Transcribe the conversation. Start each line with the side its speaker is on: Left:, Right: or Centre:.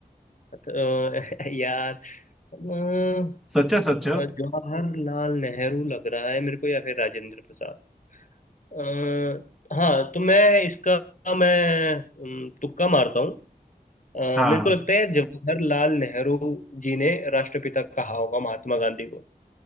Left: अ, <laughs> यार अ,
Centre: सोचो सोचो
Left: जवाहरलाल नेहरू लग रहा है मेरे को या फिर राजेंद्र प्रसाद अ, हाँ तो मैं इसका मैं अम, तुक्का मारता हूँ अ,
Centre: हाँ
Left: मेरे को लगता है जवाहरलाल नेहरू जी ने राष्ट्रपिता कहा होगा महात्मा गांधी को